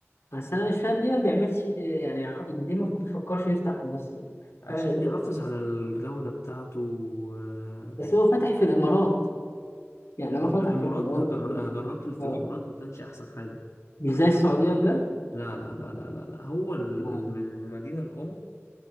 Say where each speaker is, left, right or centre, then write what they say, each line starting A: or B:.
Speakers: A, on the left; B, on the left.
A: بس انا مش فاهم ليه ما بيعملش آه، يعني ليه ما بيفكرش يفتح في مصر
B: عشان
A: حاجه غريبه
B: يحافظ
A: أوي.
B: على الجودة بتاعته آه،
A: بس هو فتح في الامارات يعني هو
B: هو
A: فتح
B: الإمارات
A: في الامارات
B: أنا جر- أنا جربت اللي في
A: آه.
B: الإمارات ما كانش أحسن حاجة
A: مش زي السعوديه بجد
B: لا لا لا لا لا لا هو ال-
A: آه.
B: من المدينة الأم